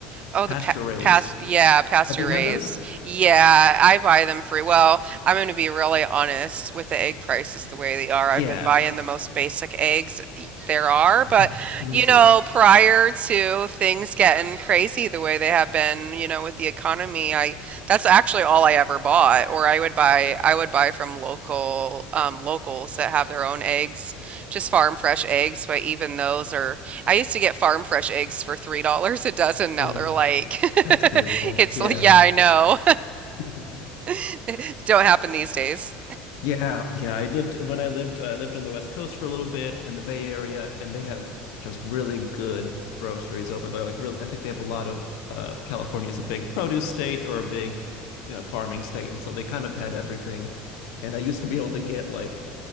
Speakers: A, on the right (about 40°); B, on the left (about 75°).
A: Oh,
B: pasture
A: the pa
B: raised.
A: past, yeah, pasture
B: Have you
A: raised.
B: had those?
A: Yeah, I buy them free. Well, I'm going to be really honest with the egg prices the way they are.
B: Yeah,
A: I've been buying the most basic eggs y- there are,
B: <laughs>
A: but
B: me
A: you
B: too.
A: know, prior to things getting crazy the way they have been, you know, with the economy, I that's actually all I ever bought, or I would buy I would buy from local um, locals that have their own eggs, just farm fresh eggs, but even those are I used to get farm fresh eggs for three dollars a dozen. Now
B: Oh,
A: they're like, <laughs>
B: that's beautiful.
A: it's
B: Yeah.
A: like, yeah, I know.
B: <laughs>
A: <laughs> Don't happen these days.
B: Yeah, yeah. I lived when I lived uh, I lived on the West Coast for a little bit in the Bay Area, and they have just really good groceries over there. Like really, I think they have a lot of uh, California is a big produce state or a big you know, farming state, and so they kind of had everything. And I used to be able to get like